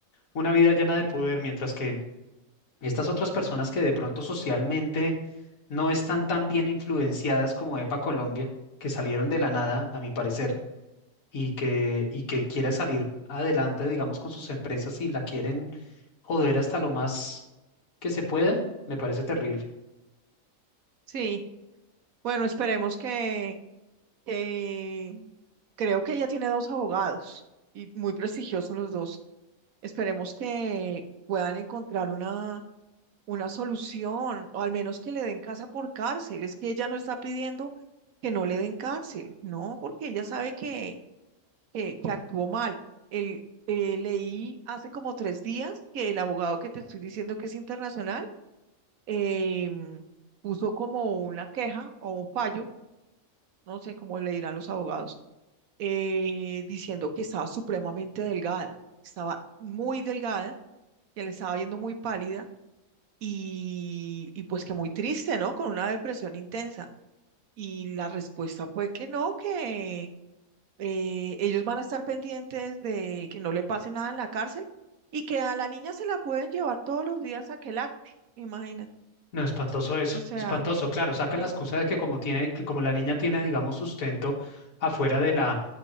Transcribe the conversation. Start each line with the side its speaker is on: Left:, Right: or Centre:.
Left: una vida llena de poder, mientras que estas otras personas que de pronto socialmente no están tan bien influenciadas como EPA Colombia, que salieron de la nada, a mi parecer, y que, y que quiere salir adelante, digamos, con sus empresas y la quieren joder hasta lo más que se pueda, me parece terrible.
Right: Sí, bueno, esperemos que, que- creo que ella tiene dos abogados y muy prestigiosos los dos. Esperemos que puedan encontrar una una solución, o al menos que le den casa por cárcel. Es que ella no está pidiendo que no le den cárcel, no, porque ella sabe que, que, que actuó mal. El, eh, leí hace como tres días que el abogado que te estoy diciendo que es internacional em, puso como una queja o un fallo, no sé cómo le dirán los abogados, eh, diciendo que estaba supremamente delgada, estaba muy delgada, que le estaba viendo muy pálida y, y pues que muy triste, ¿no? Con una depresión intensa. Y la respuesta fue que no, que eh, ellos van a estar pendientes de que no le pase nada en la cárcel y que a la niña se la pueden llevar todos los días a Quelacte, imagínate.
Left: No, espantoso eso,
Right: O sea,
Left: espantoso. Claro, sacan
Right: sí,
Left: la excusa de que como tiene, que como la niña tiene, digamos, sustento afuera de la,